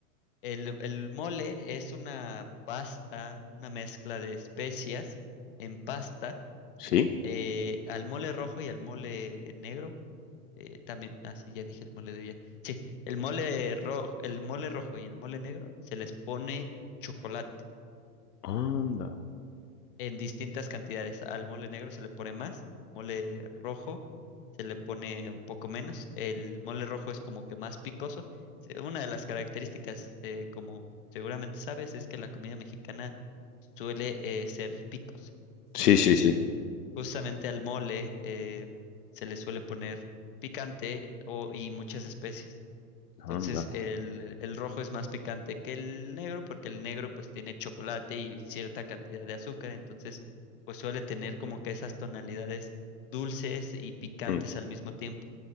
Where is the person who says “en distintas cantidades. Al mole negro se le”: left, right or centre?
Left